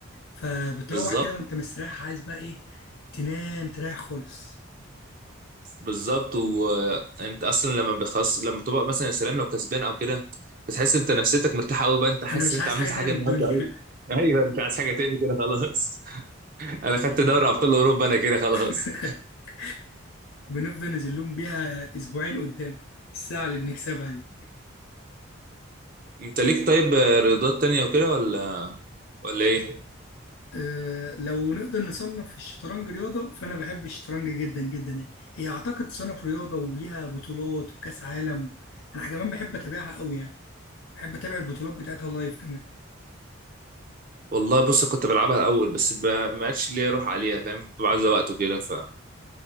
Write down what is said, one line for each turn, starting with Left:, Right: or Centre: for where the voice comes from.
Left: فبتروح
Right: بالظبط
Left: كده وانت مستريح عايز بقى ايه تنام تريح خالص
Right: بالظبط وانت اصلا لما بخص لما بتبقى مثلا يا سلام لو كسبان او كده بتحس انت نفسيتك مرتاحه قوي بقى انت حاسس
Left: انا مش
Right: ان انت
Left: عايز
Right: عملت
Left: حاجة تانية
Right: حاجه
Left: من
Right: النهارده
Left: الدنيا
Right: قوي ايوه انت عايز حاجه تاني كده خلاص <laughs> انا خدت دوري ابطال اوروبا انا كده خلاص
Left: <laughs> بنفضل نزلهم بيها اسبوعين قدام الساعة اللي بنكسبها دي
Right: انت ليك طيب رياضات تانية وكده ولا ولا ايه
Left: أه لو نقدر نصنف الشطرنج رياضة فأنا بحب الشطرنج جدا جدا يعني هي أعتقد تصنف رياضة وليها بطولات وكأس عالم أنا كمان بحب أتابعها قوي يعني بحب أتابع البطولات بتاعتها لايف كمان
Right: والله بص كنت بلعبها الاول بس ب- ما عادش ليا روح عليها فاهم كنت بعزة وقت وكده فما